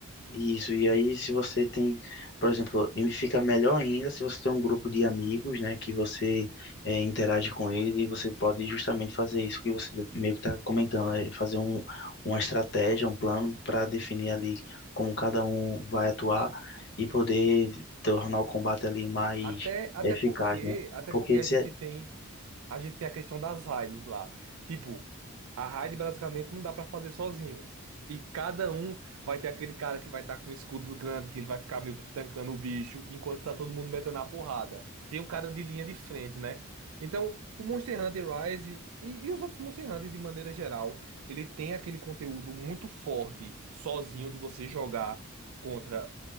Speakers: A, on the left (about 50°); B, on the right (about 75°).
A: Isso, e aí se você tem, por exemplo, e fica melhor ainda se você tem um grupo de amigos, né, que você eh, interage com eles e você pode justamente fazer isso que você meio que está comentando, é fazer um, uma estratégia, um plano para definir ali como cada um vai atuar
B: A-
A: e poder tornar o combate ali mais
B: Até, até
A: eficaz,
B: porque,
A: né?
B: até
A: Porque
B: porque a
A: se
B: gente
A: é,
B: tem a gente tem a questão das raids lá. Tipo, a raid basicamente não dá pra fazer sozinho. E cada um vai ter aquele cara que vai estar com o escudo grande, que ele vai ficar meio que tancando o bicho, enquanto tá todo mundo metendo a porrada. Tem um cara de linha de frente, né? Então, o Monster Hunter Rise e, e os outros Monster Hunter, de maneira geral, ele tem aquele conteúdo muito forte sozinho de você jogar contra